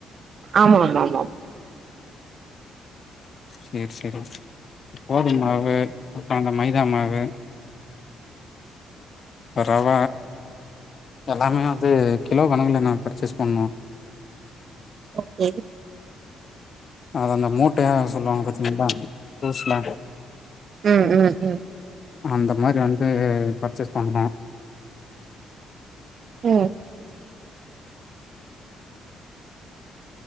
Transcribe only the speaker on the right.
ஆமா ஆமா ஆமா
ஓகே
ம் ம் ம்
உம்